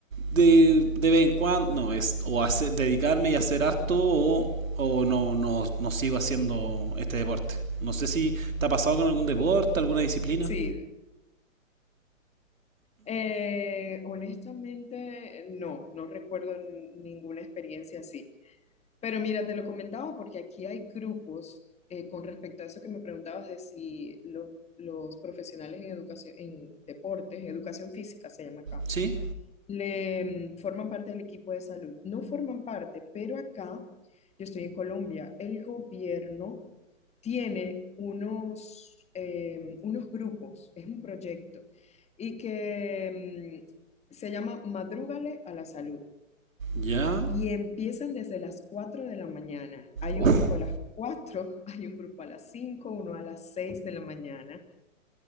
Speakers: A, on the right (about 80°); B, on the left (about 15°).
A: de, de vez en cuando. No, es o hacer, dedicarme y hacer harto o, o no, no, no sigo haciendo este deporte. No sé si te ha pasado con algún deporte, alguna disciplina.
B: Sí. Eh, honestamente, no, no recuerdo n- ninguna experiencia así. Pero mira, te lo comentaba porque aquí hay grupos eh, con respecto a eso que me preguntabas de si lo- los profesionales en educación, en deportes, educación física se llama acá.
A: ¿Sí?
B: Le, mm, forman parte del equipo de salud. No forman parte, pero acá, yo estoy en Colombia, el gobierno tiene unos, eh, unos grupos, es un proyecto, y que mm, se llama Madrúgale a la Salud.
A: ¿Ya?
B: Y empiezan desde las 4 de la mañana. Hay
A: Uf.
B: un grupo a las cuatro <laughs> hay un grupo a las cinco uno a las seis de la mañana